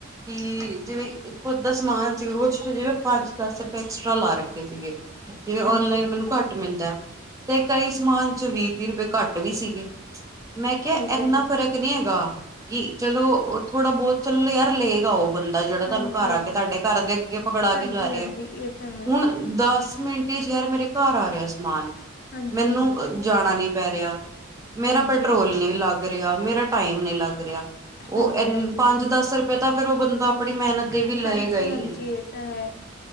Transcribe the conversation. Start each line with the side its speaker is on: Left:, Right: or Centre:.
Right: ਕਿ ਜਿਵੇਂ ਇਕ ਅੱਧਾ ਸਮਾਨ ਸੀ ਉਸ ਚ ਜਿਵੇਂ ਪੰਜ ਦਸ ਰੁਪਏ ਐਕਸਟਰਾ ਲਾ ਰੱਖੇ ਸੀਗੇ। ਜਿਵੇਂ ਔਨਲਾਈਨ
Left: ਹਾਂਜੀ ਹਾਂਜੀ
Right: ਮੈਨੂੰ ਘੱਟ ਮਿਲਦਾ। ਤੇ ਕਈ ਸਮਾਨ ਚ ਵੀਹ ਤੀਹ ਰੁਪਏ ਘੱਟ ਵੀ ਸੀਗੇ ਮੈਂ ਕਿਹਾ
Left: ਠੀਕ
Right: ਇਨਾ
Left: ਹੈ ਜੀ
Right: ਫਰਕ। ਨਹੀਂ ਹੈਗਾ ਕਿ ਚਲੋਉਹ ਥੋੜਾ ਬਹੁਤ ਚਲੋ ਯਾਰ ਲਏਗਾ ਉਹ ਬੰਦਾ ਜਿਹੜਾ ਤੁਹਾਨੂੰ
Left: ਹਾਂਜੀ
Right: ਘਰ ਆ
Left: ਹਾਂਜੀ
Right: ਕੇ ਤੁਹਾਡੇ ਘਰ ਦੇ ਅੱਗੇ ਪਕੜਾ
Left: ਹਾਂਜੀ
Right: ਕੇ ਜਾ ਰਿਹਾ।
Left: ਹਾਂਜੀ ਇਹ ਤਾਂ ਹੈ
Right: ਹੁਣ ਦਸ ਮਿੰਟ ਵਿੱਚ ਹੀ ਯਾਰ ਮੇਰੇ ਘਰ ਆ ਰਿਹਾ ਸਮਾਨ।
Left: ਹਾਂਜੀ
Right: ਮੈਨੂੰ
Left: ਹਾਂਜੀ
Right: ਜਾਣਾ ਨੀ ਪੈ ਰਿਹਾ ਮੇਰਾ
Left: ਹਾਂਜੀ
Right: ਪੈਟਰੋਲ ਨਹੀਂ ਲੱਗ। ਲੱਗ ਰਿਹਾ ਮੇਰਾ ਟਾਈਮ ਨੀ ਲੱਗ ਰਿਹਾ ਉਹ
Left: ਹਾਂਜੀ ਹਾਂਜੀ
Right: ਪੰਜ ਦਸ ਰੁਪਏ ਤਾਂ ਫੇਰ ਉਹ ਬੰਦਾ। ਆਪਣੀ ਮਿਹਨਤ ਦੇ ਵੀ ਲਏਗਾ
Left: ਹਾਂਜੀ
Right: ਹੀ
Left: ਹਾਂਜੀ ਇਹ ਤਾਂ ਹੈ।